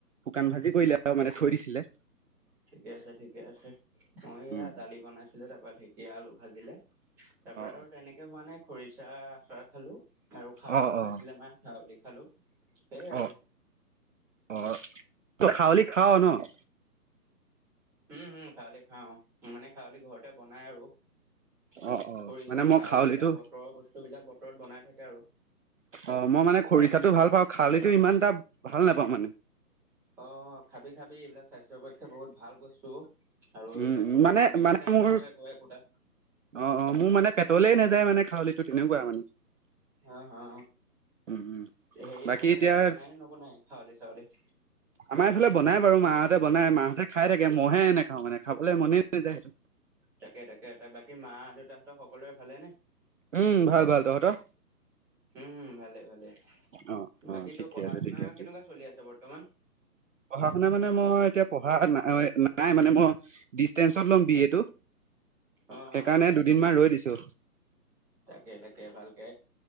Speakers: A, on the right (about 55°); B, in the centre.
A: শুকান ভাজি কৰিলে আৰু মানে থৈ দিছিলে।
B: ঠিকে আছে, ঠিকে আছে মই এয়া
A: উম
B: দালি বনাইছিলো তাৰপা ঢেঁকীয়া আলু ভাজিলে। তাৰ পৰা
A: অ
B: আৰু তেনেকে হোৱা নাই খৰিচা আচাৰ খালো। আৰু খউলি
A: অ
B: বনাইছিলে
A: অ
B: মা খাৱলি খালো সেয়াই আৰু।
A: অ অ অ', তই খাৱলি খা ন'?
B: উম, হম খাৱলি খাওঁ মানে খাৱলি ঘৰতে বনাই আৰু।
A: অ অ
B: খৰিচা
A: মানে মই
B: খউল
A: খাৱলিটো
B: বিলাক বতৰৰ বস্তু বিলাক বতৰত বনাই থাকে। আৰু
A: অ'- মই মানে খৰিচাটো ভাল পাওঁ, খালিটো ইমান এটা ভাল নেপাওঁ মানে।
B: অ খাবি, খাবি এইবিলাক স্বাস্থ্যৰ পক্ষে বহুত ভাল বস্তু। আৰু
A: উম,
B: এইবিলাকতো
A: উম, মানে
B: মেডিচাইনো
A: মানে মোৰ
B: হয় একো একোটা।
A: অ', অ', মোৰ মানে পেটলেই নাযায় মানে খাউলিটো তেনেকুৱা মানে।
B: অ অ
A: উম, উম,
B: হেৰি
A: বাকী
B: তহঁতৰ
A: এতিয়া
B: সি পলে বনায় নে নবনায় খউলি চাউলি?
A: আমাৰ এইফালে বনাই বাৰু মাহঁতে বনাই মাহঁতে খাই থাকে মহে এনে খাওঁ মানে। খাবলৈ মনেই নাযায় সেইটো।
B: তাকে, তাকে ত বাকী মা দেউতাহঁতৰ সকলোৰে ভালে নে?
A: উম ভাল ভাল তহঁতৰ
B: উম ভালে -ভালে
A: অ', অ',
B: বাকী
A: ঠিকে
B: তো পঢ়া
A: আছে
B: শুনা
A: ঠিকে আছে
B: কেনেকুৱা চলি আছে বৰ্তমান
A: পঢ়া শুনা মানে মই এতিয়া পঢ়া নাই নাই মানে মই। ডিচেঞ্চত ল'ম বি এ টো
B: অ
A: সেইকাৰণে
B: অ
A: দুদিনমান ৰৈ দিছো
B: তাকে- তাকে ভালকে